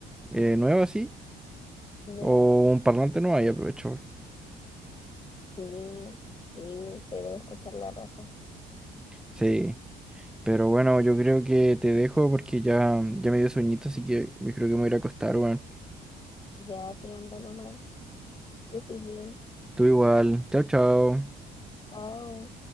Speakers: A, in the centre; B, on the left.
A: eh, nueva así,
B: ¿Ya?
A: o un parlante nuevo, ahí aprovecho.
B: Sí, sí, se debe escuchar la raja.
A: Sí. Pero bueno, yo creo que te dejo porque ya, ya me dio sueñito, así que yo creo que me voy a ir a acostar, weón.
B: Ya, sí, ando nomás. Que estés bien.
A: Tú igual. Chao, chao.
B: Chao.